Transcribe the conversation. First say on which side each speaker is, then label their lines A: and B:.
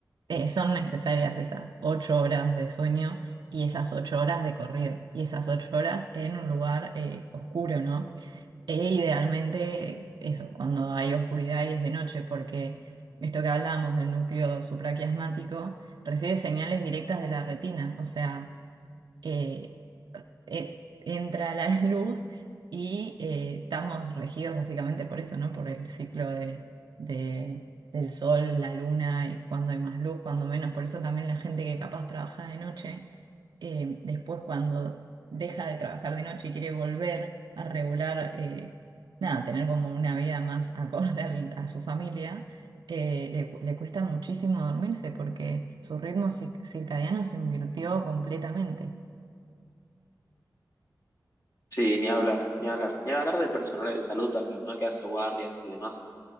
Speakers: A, on the right (about 80°); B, on the left (about 45°).
A: eh, son necesarias esas ocho horas de sueño y esas ocho horas de corrido y esas ocho horas en un lugar eh, oscuro, ¿no? E idealmente eso, cuando hay oscuridad y es de noche, porque esto que hablábamos del núcleo supraquiasmático recibe señales directas de la retina, o sea, eh, eh, entra la <laughs> luz y eh, estamos regidos básicamente por eso, ¿no? Por el ciclo de, de- del sol, la luna y cuando hay más luz, cuando menos. Por eso también la gente que capaz trabaja de noche, eh, después cuando deja de trabajar de noche y quiere volver a regular, eh, nada, tener como una vida más acorde al- a su familia. eh, le, cu- le cuesta muchísimo dormirse porque su ritmo ci- circadiano se invirtió completamente.
B: Sí, ni hablar, ni hablar. Ni hablar del personal de salud también, ¿no? Que hace guardias y demás.